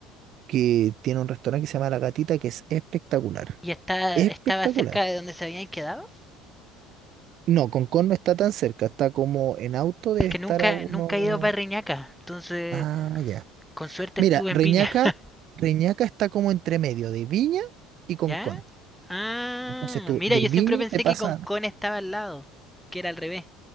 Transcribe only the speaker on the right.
que tiene un restaurante que se llama La Gatita que es espectacular.
Espectacular.
No, Concón no está tan cerca, está como en auto debe
estar
a uno...
Ah, ya.
Mira,
Reñaca,
Reñaca está como entre medio de Viña y Concón.
Entonces tú
de
Viña
te pasas